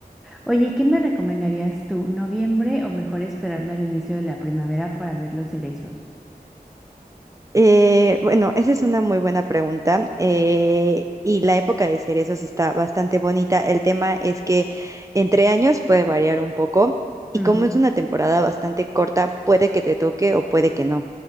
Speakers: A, in the centre; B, on the right (about 20°).
A: Oye, ¿y ¿qué me recomendarías tú? ¿Noviembre o mejor esperarme al inicio de la primavera para ver los cerezos?
B: Eh, bueno, esa es una muy buena pregunta. eh, y la época de cerezos está bastante bonita. El tema es que entre años puede variar un poco. Y
A: Ujú,
B: como es una temporada bastante corta, puede que te toque o puede que no.